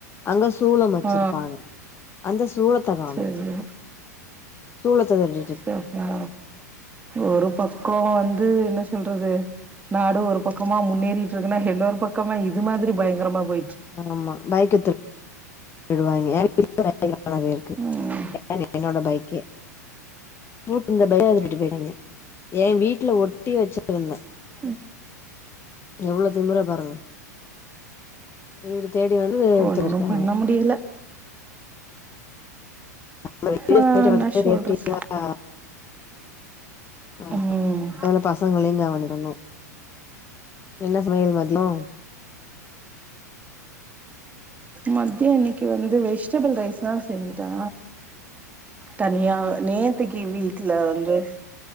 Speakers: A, on the left; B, on the right.
A: அங்க சூலம் வச்சிருப்பாங்க
B: ஆ
A: அந்த சூலத்த காணோ
B: சேரி
A: தூய தமிழ்
B: ச பா ஒரு பக்கோ வந்து என்ன சொல்றது நாடு ஒரு பக்கமா முன்னேறிட்டு இருக்குன்னா இன்னோரு பக்கமா இது மாதிரி பயங்கரமா போயிட்ருக்
A: ஆமா பைக்க திரு டுவாய்ங்க <inaudible> இருக்கு
B: ம்
A: என்னோட பைக்கே பூட்டியிருந்த பைக்க திருடிட்டு போய் டாய்ங்க எ வீட்ல ஒட்டி வெச்சிருந்தே
B: ம்
A: எவ்வளோ திமுற பாருங்க வீடு தேடி வந்து எடுத்து
B: ஒன்னு
A: போயிருக்காய்ங்க
B: பண்ண முடியல
A: நம்ம ரெகு லேட்
B: ஆ
A: போயிட்டு
B: என்ன
A: வர்றதுக்குள்ள
B: சொல்றது
A: ரேட்டி <inaudible> ஆமா
B: ம்
A: அதே மாரி பசங்களையு கவனிக்கணு என்ன சமையல் மதியோ
B: மத்தியோ இன்னைக்கு வந்து வெஜிடபிள் ரைஸ்தா செஞ்சுட்டே தனியா நேத்தைக்கு வீட்ல வந்து